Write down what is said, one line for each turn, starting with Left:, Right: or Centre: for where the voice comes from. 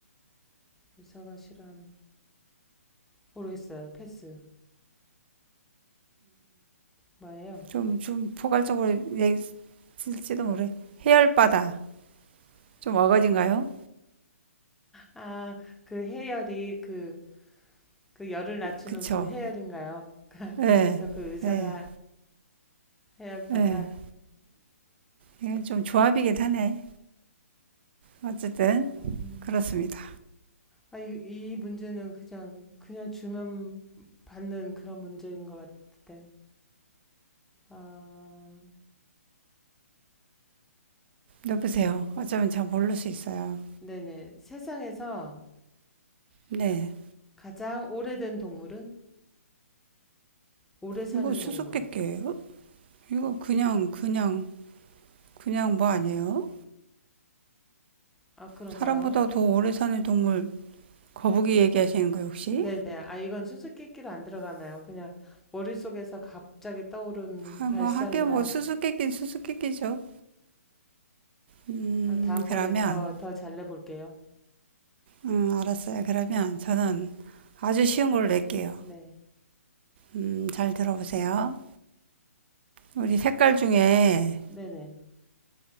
Centre: 의사가 싫어하는. 모르겠어요. 패스. 뭐예요?
Right: 음좀좀 포괄적으로 얘기했을지도 모르 해열 바다 좀 어거진가요
Centre: 아, 그 해열이 그, 그 열을 낮추는
Right: 그쵸
Centre: 그 해열인가요?
Right: 네
Centre: 그래서 그 의사가
Right: 네
Centre: 해열바다.
Right: 네 이건 좀 조합이긴 하네 어쨌든
Centre: 음.
Right: 그렇습니다
Centre: 아, 이, 이 문제는 그냥, 그냥 주면 받는 그런 문제인 것 같은데. 아,
Right: 여보세요 어쩌면 잘 모를 수 있어요
Centre: 네네. 세상에서
Right: 네
Centre: 가장 오래된 동물은? 오래 사는
Right: 이거 수수께끼예요
Centre: 동물.
Right: 이거 그냥 그냥 그냥 뭐 아니에요
Centre: 아, 그런가요?
Right: 사람보다 더 오래 사는 동물 거북이 얘기하시는 거예요, 혹시?
Centre: 네네. 아, 이건 수수께끼로 안 들어가나요? 그냥 머릿속에서 갑자기 떠오른
Right: 아,
Centre: 발상이라.
Right: 뭐 하긴 뭐 수수께끼는 수수께끼죠. 음,
Centre: 아, 다음번엔
Right: 그러면
Centre: 더, 더 잘 내볼게요.
Right: 음, 알았어요. 그러면 저는 아주 쉬운 걸로 낼게요.
Centre: 네.
Right: 음, 잘 들어보세요. 우리 색깔 중에
Centre: 네네.